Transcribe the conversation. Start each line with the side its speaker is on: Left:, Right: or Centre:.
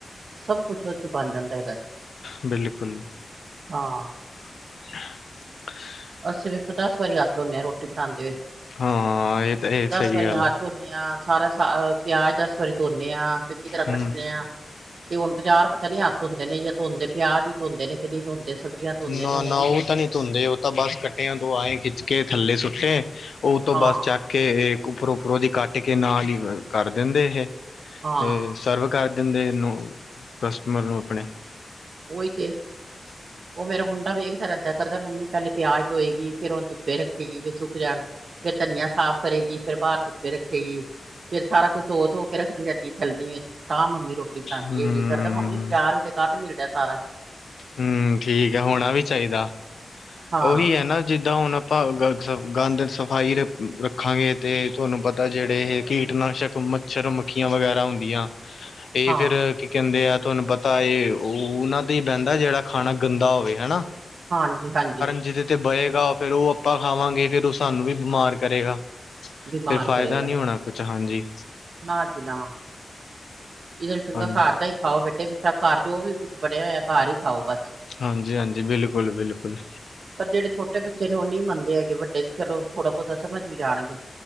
Right: ਸਭ ਕੁਛ ਉਹਦੇ ਚ ਬਣ ਜਾਂਦਾ ਹੈਗਾ,
Left: ਬਿਲਕੁਲ
Right: ਹਾਂ।
Left: <inaudible>
Right: ਅਸੀਂ ਵੇਖੋ ਦਸ ਵਾਰੀ ਹੱਥ ਧੋਂਦੇ ਆ ਰੋਟੀ ਬਣਾਦੇ ਹੋਏ,
Left: ਹਾਂ ਇਹ ਤਾਂ ਇਹ
Right: ਦਸ
Left: ਸਹੀ
Right: ਵਾਰੀ
Left: ਗੱਲ
Right: ਹੱਥ
Left: ਹੈ
Right: ਨਿਆ ਸਾਰਾ ਸ ਪਿਆਜ ਦਸ ਵਾਰੀ ਧੋਣੇ ਆ ਚੰਗੀ ਤਰ੍ਹਾਂ
Left: ਹੂੰ
Right: ਕੱਟਣੇ ਆ। ਤੇ ਹੁਣ ਬਜ਼ਾਰ ਪਤਾ ਨੀ ਹੱਥ ਧੋਂਦੇ ਨੀ ਜਾਂ ਧੋਂਦੇ। ਪਿਆਜ ਵੀ ਧੋਂਦੇ ਨੇ ਕਿ ਨਹੀਂ ਧੋਂਦੇ ਸਬਜ਼ੀਆਂ ਧੋਂਦੇ
Left: ਨਾ
Right: ਨੇ
Left: ਨਾ
Right: ਜਾਂ ਨਹੀਂ
Left: ਉਹ
Right: ਧੋਂਦੇ।
Left: ਤਾਂ ਧੋਂਦੇ ਉਹ ਤਾਂ ਬਸ ਕੱਟਿਆਂ ਤੋਂ ਆਏ ਖਿੱਚ ਕੇ ਥੱਲੇ ਸੁੱਟੇ ਉਹ ਤੋਂ
Right: ਹਾਂ
Left: ਬਸ ਚੱਕ ਕੇ ਉੱਪਰੋਂ-ਉੱਪਰੋਂ ਉਹਦੀ ਕੱਟ ਕੇ ਨਾਲ ਹੀ ਕਰ ਦਿੰਦੇ ਏ
Right: ਹਾਂ
Left: ਹੇ ਸਰਵ ਕਰ ਦਿੰਦੇ ਇਹਨੂੰ ਕਸਟਮਰ ਨੂੰ ਆਪਣੇ
Right: ਉਹੀ ਤੇ।
Left: <inaudible>
Right: ਉਹ ਮੇਰਾ ਮੁੰਡਾ ਵੇਖਦਾ ਰਹਿੰਦਾ ਕਰਦਾ ਮੰਮੀ ਪਹਿਲੇ ਪਿਆਜ ਧੋਏਗੀ ਫੇਰ ਉਹਨੂੰ ਧੁੱਪੇ ਰੱਖੇਗੀ ਵੀ ਸੁੱਕ ਜਾਣ। ਫੇਰ ਧਨੀਆ ਸਾਫ਼ ਕਰੇਗੀ ਫੇਰ ਬਾਹਰ ਧੁੱਪੇ ਰੱਖੇਗੀ। ਫੇਰ ਸਾਰਾ ਕੁਝ ਧ- ਧੋ ਕੇ ਰੱਖਦੀ ਰਹਿੰਦੀ ਛੱਲਣੀਆ ਚ ਤਾਂ ਮੰਮੀ ਰੋਟੀ ਰੋਟੀ ਬਣਾਦੀ
Left: ਹੂੰ
Right: ਹੈਗੀ ਫੇਰ ਤਾਂ ਮੰਮੀ ਬਜਾਰ ਚ ਗੰਦਾ ਮਿਲਦਾ ਸਾਰਾ।
Left: ਹਮ ਠੀਕ ਹੈ ਹੋਣਾ ਵੀ ਚਾਹੀਦਾ
Right: ਹਾਂ
Left: ਉਹੀ ਹੈ ਨਾ ਜਿੱਦਾਂ ਹੁਣ ਪਰ ਗੰਦ ਸਫਾਈ ਰ ਰੱਖਾਂਗੇ ਤੇ ਤੁਆਨੂੰ ਪਤਾ ਜਿਹੜੇ ਇਹ ਕੀਟਨਾਸ਼ਕ ਮ ਮਛੱਰ-ਮੱਖੀਆਂ ਵਗੈਰਾ ਹੁੰਦੀਆਂ, ਇਹ
Right: ਹਾਂ
Left: ਫਿਰ ਕੀ ਕਹਿੰਦੇ ਆ ਤੁਹਾਨੂੰ ਪਤਾ ਇਹ ਉਹਨਾਂ ਤੇ ਹੀ ਬਹਿੰਦਾ ਜਿਹੜਾ ਖਾਣਾ ਗੰਦਾ ਹੋਵੇ ਹਨਾ।
Right: ਹਾਂਜੀ ਹਾਂਜੀ।
Left: ਜਿਦੇ ਤੇ ਬਹੇਗਾ ਫੇਰ ਉਹ ਆਪਾਂ ਖਾਵਾਂਗੇ ਫੇਰ ਉਹ ਸਾਨੂੰ ਵੀ ਬਿਮਾਰ ਕਰੇਗਾ।
Right: ਬਿਮਾਰ
Left: ਫਿਰ ਫਾਇਦਾ
Right: ਕਰੇਗਾ
Left: ਨਈ ਹੋਣਾ ਕੁਛ ਹਾਂਜੀ।
Right: ਨਾ ਜੀ ਨਾ। ਇਹਦੇ ਨੂੰ ਚੰਗਾ
Left: ਹਾਂਜੀ
Right: ਘਰ ਦਾ ਹੀ ਖਾਓ ਬੇਟੇ ਘਰ ਜੋ ਵੀ ਕੁਛ ਬਣਿਆ ਇਆ ਘਰ ਹੀ ਖਾਓ ਬਸ।
Left: ਹਾਂਜੀ ਹਾਂਜੀ, ਬਿਲਕੁਲ ਬਿਲਕੁਲ।
Right: ਪਰ ਜਿਹੜੇ ਛੋਟੇ ਬੱਚੇ ਨੇ ਉਹ ਨਈ ਮੰਨਦੇ ਹੈਗੇ ਵੱਡੇ ਤੇ ਚਲੋ ਥੋੜ੍ਹਾ ਬਹੁਤਾ ਸਮਝ ਵੀ ਜਾਣਗੇ।